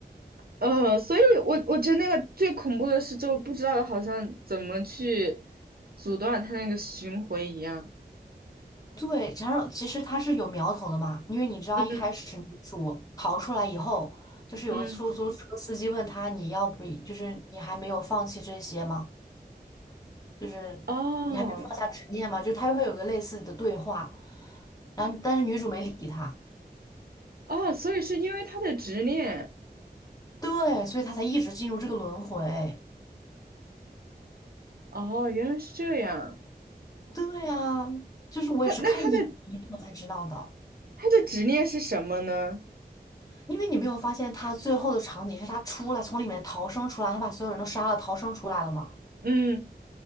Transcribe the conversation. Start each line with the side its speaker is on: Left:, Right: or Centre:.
Right: 呃，所以我我觉得那个最恐怖的是，就不知道好像怎么去阻断他那个巡回一样。
Left: 对，加上其实它是有苗头的嘛，因为你知道一开始女主逃出来以后，
Right: 嗯
Left: 就是有个出租车司机问他你要不就是你还没有放弃这些吗？
Right: 嗯，
Left: 就是你还没有放下执念嘛，
Right: 哦
Left: 就是他会有个类似的对话，然后但是女主没理他，
Right: 哦，所以是因为他的执念。
Left: 对，所以他才一直进入这个轮回。
Right: 哦，原来是这样。
Left: 对啊，就是我也是看影评我才知道的，
Right: 他那他的他的执念是什么呢？
Left: 因为你没有发现他最后的场景是他出来从里面逃生出来，他把所有人都杀了，逃生出来了嘛，
Right: 嗯，